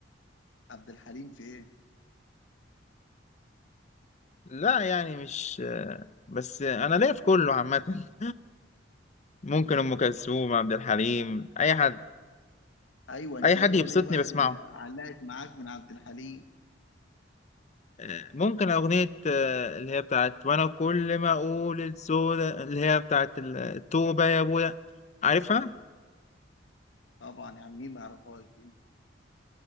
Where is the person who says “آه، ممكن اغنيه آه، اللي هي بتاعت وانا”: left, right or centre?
Left